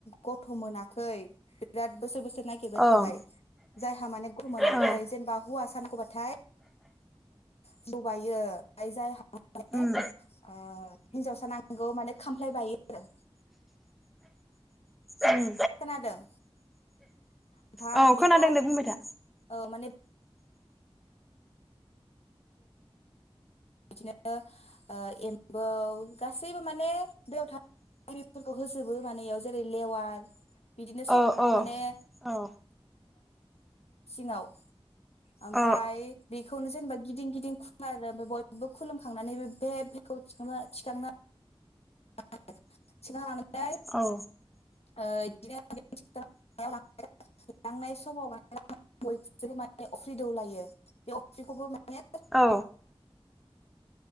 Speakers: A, on the left; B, in the centre.
A: गथ मोनाखै बिराद बोसोर बोसोर नागिरबाय थाबाय।
B: ओं
A: जायहा माने मोनाखै
B: औ
A: जेनेबा हौवासा नांगौबाथाय जिदौ बायो आरो जायहा माने
B: उम
A: ओ हिनजावसा नांगौ नोंगौ माने खामफ्लाय बायो आरो।
B: उम
A: खोनादों ओमफाय
B: औ
A: बेखौ
B: खोनादों दे‌ बुंबाय था।
A: ओ माने बिदिनो ओ एम्बौ गासैबो माने दैयाव थाग्राफोरखौ होजोबो माने इयाव जेरै लेवार बिदिनो सब
B: औ औ
A: माने
B: औ
A: सिङाव ओमफाय
B: औ
A: बेखौनो जेनेबा गिदिं गिदिं खुला <unintelligible> खुलुमखांनानै बेखौनो थिखांना <inaudible>
B: औ
A: बिदिनो लांनाय समाव माने बयबो माने अफ्रि दौलायो बे अफ्रिखौबो माने
B: औ